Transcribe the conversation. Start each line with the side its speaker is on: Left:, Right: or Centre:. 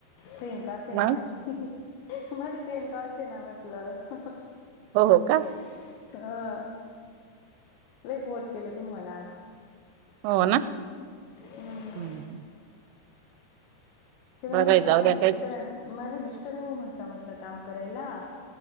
Left: फ्रेंड का असेना
Right: मग
Left: माझी इहीही माझी फ्रेंड का असे ना म्हटलं.
Right: हो हो काड.
Left: <inaudible> हं. लई बोर केलं तिनं मला आज.
Right: हो ना?
Left: हम्म
Right: हं
Left: तिला
Right: बरं
Left: म्हटलं
Right: आहे जाऊ
Left: बाई
Right: दे
Left: माझ्या
Right: असंच
Left: मिस्टरांन माझे मिस्टर हो म्हंता म्हणलं काम करायला.